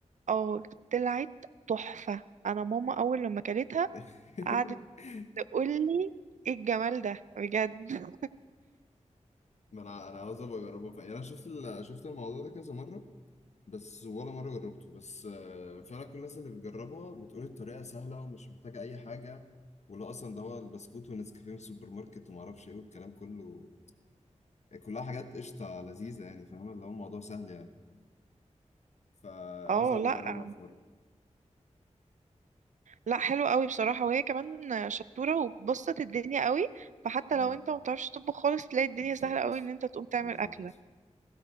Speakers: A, on the right (about 75°); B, on the left (about 65°).
A: اه طلعت تحفه انا ماما اول لما كلتها
B: <laughs>
A: قعدت تقول لي ايه الجمال ده بجد
B: ما انا انا عاوز ابقى اجربها فعلا يعني انا شفت ال... شفت الموضوع ده كذا مره بس ولا مره جربته بس آه، فعلا كل الناس اللي بتجربها بتقول الطريقه سهله ومش محتاجه اي حاجه ولا اصلا ده هو البسكوت والنسكافيه من السوبر ماركت وما اعرفش ايه والكلام كله يعني كلها حاجات قشطه لذيذه يعني فاهم اللي هو الموضوع سهل يعني فعاوز
A: <laughs> اه
B: ابقى
A: لا
B: اجربها في
A: لا حلو قوي بصراحه وهي كمان شطوره وبسطت الدنيا قوي فحتى
B: مره
A: لو انت ما بتعرفش تطبخ خالص تلاقي الدنيا
B: بالظبط
A: سهله قوي ان انت تقوم تعمل
B: بالظبط
A: اكله